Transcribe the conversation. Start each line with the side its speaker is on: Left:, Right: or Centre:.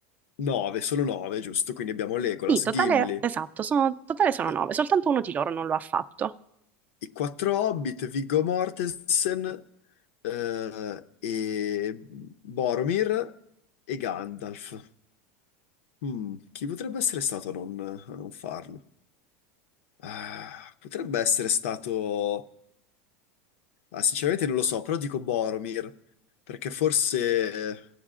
Left: 9, sono 9, giusto? Quindi abbiamo Legolas,
Right: Sì, totale,
Left: Gimli.
Right: esatto, sono, totale sono
Left: eh,
Right: nove, soltanto uno di loro non lo ha fatto.
Left: I quattro Hobbit, Viggo Mortensen, eh, e Boromir e Gandalf. Hmm, chi potrebbe essere stato a non, a non farlo? Ah, potrebbe essere stato. Ah, sinceramente non lo so, però dico Boromir, perché forse,